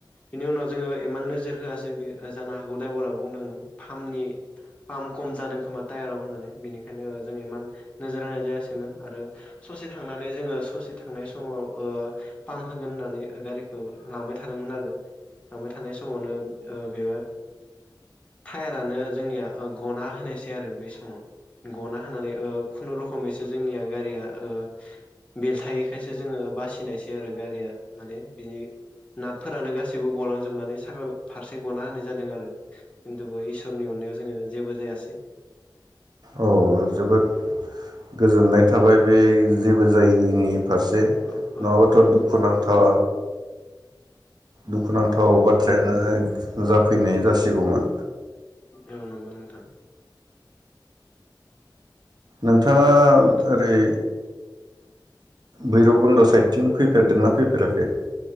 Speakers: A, on the left; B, on the right.
A: बिनि उनाव जोङो इमान नोजोर होआसै बे जानो हागौ दायभारा बुंदोंमोन पाम्पनि पाम्प खम जादों खोमा टायाराव होननानै बिनिखायनो जों इमान नोजोर होनाय जायासै। आरो ससे थांनानै जोङो ससे थांनाय समाव ओ पाम्प होगोन होननानै गारिखौ लांबाय थादोंमोन आरो लांबाय थानाय समावनो ओ बे टायारानो जोंनिया गना होनायसै आरो बे समाव गना होनानै ओ खुनुरुखुमै जोंनिया गारिया ओ बेलथायैखायसो जोङो बासिनायसै आरो गारिया माने बिनि नाथफोरानो गासैबो गलांजोबनानै साखा फारसे गना होनाय जादों आरो खिन्थुबो इसोरनि अननायाव जोङो जेबो जायासै।
B: औ जोबोद गोजोननाय थाबाय बे जेबो जायैनि फारसे नङाबाथ
A: औ औ नंगौ
B: दुखुनांथाव
A: नंगौ नोंथां
B: दुखुनांथाव
A: औ
B: बाथ्रायानो
A: औ
B: जाफैनाय जासिगौमोन।
A: औ नंगौ नोंथां।
B: नोंथाङा
A: औ
B: ओरै। भैरब कुन्द' साइडथिं फैफेरदोंना फैफेराखै?